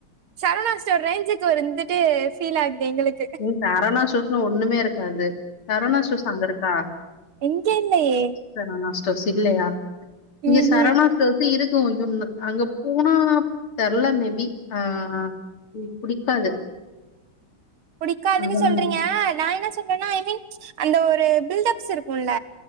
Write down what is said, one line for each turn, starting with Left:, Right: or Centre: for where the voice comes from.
Right: சரவணாஸ்டோர் ரேஞ்சுக்கு ஒரு இந்துட்டு ஃபீல் ஆகுது எங்களுக்
Left: ம் சரவணா ஸ்டோர்ஸ்ல ஒண்ணுமே இருக்காது சரவணா ஸ்டோர்ஸ் அங்கருக்கா
Right: இங்கல்லயே
Left: சரவணா ஸ்டோர்ஸ் இல்லயா
Right: ம்ஹும்
Left: இங்க சரவணா ஸ்டோர்ஸ்ஸு இருக்கூ யோன்னு அங்க போனா தெர்ல மேபி அ ம் புடிக்காது
Right: புடிக்காதுன்னு
Left: ஆ ம்
Right: சொல்றீங்க நா என்ன சொல்றன்னா ஐ மீன் அந்த ஒரு பில்டப்ஸ் இருக் குல்ல